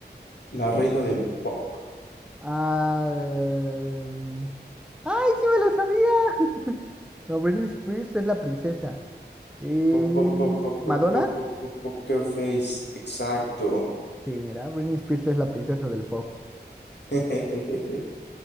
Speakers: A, on the left; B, in the centre.
A: la reina del pop.
B: Ah, em, ¡Ay, sí me lo sabía! <laughs> No, Britney Spears es la princesa. Eh,
A: Pop, pop, pop, pop,
B: ¿Madonna?
A: pop, pop, pop, pop, poker face. Exacto.
B: Sí, mira, Britney Spears es la princesa del pop.
A: <laughs>